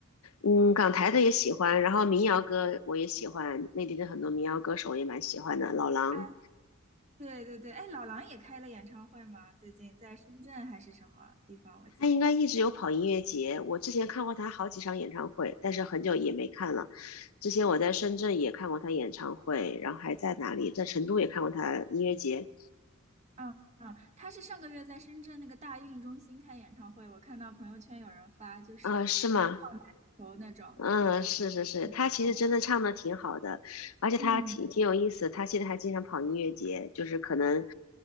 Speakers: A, on the left; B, on the right.
A: 嗯，港台的也喜欢，然后民谣歌我也喜欢，内地的很多民谣歌手我也蛮喜欢的。老狼
B: 啊，对对对，哎，老狼也开了演唱会吗？最近在深圳还是什么地方？我记得，
A: 他应该一直有跑音乐节，我之前看过他好几场演唱会，但是很久也没看了。之前我在深圳也看过他演唱会，然后还在哪里，在成都也看过他音乐节。
B: 嗯嗯，他是上个月在深圳那个大运中心开演唱会，我看到朋友圈有人发，就是一票难求那种。
A: 啊、是吗？嗯，
B: 对对对对，
A: 是是是，
B: 难中坐难。
A: 他其实真的唱的挺好的，而且他挺挺有意思，
B: 嗯，
A: 他现在还经常跑音乐节，就是可能，